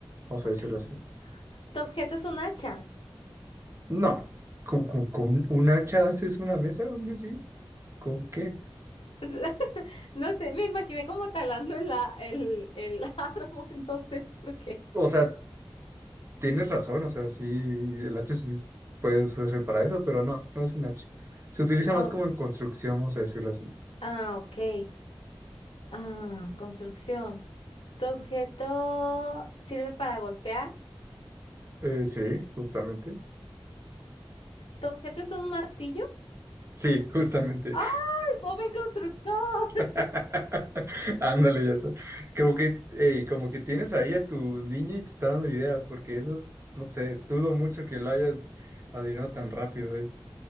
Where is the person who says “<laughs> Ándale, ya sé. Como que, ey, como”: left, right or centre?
Right